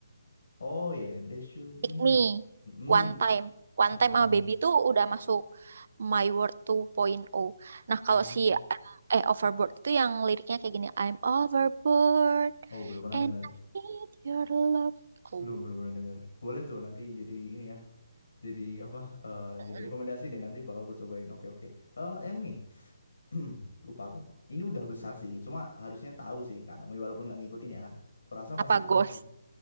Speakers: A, on the left; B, on the right.
A: Oh ya, That Should
B: Pick
A: Be Me.
B: Me,
A: Mm-mm.
B: One Time. One
A: Tentang-
B: Time sama Baby itu udah masuk My World 2.0. Nah, kalau
A: Oh,
B: si eh eh, Overboard itu yang liriknya kayak gini, I'm overboard
A: oh belum pernah
B: and
A: dengar.
B: I need your love. Oh,
A: Belum, belum pernah dengar. Boleh tuh nanti jadi ini ya. Jadi apa? eh,
B: Hmm.
A: jadi rekomendasi deh nanti bakal ku cobain. Oke, oke. Eh, yang ini. <clears throat> Lupa aku. Ini udah besar sih. Cuma harusnya tahu sih Kak Naomi walaupun nggak ngikutin ya. Kurasa
B: apa
A: pasti
B: Ghost?
A: tahu sih.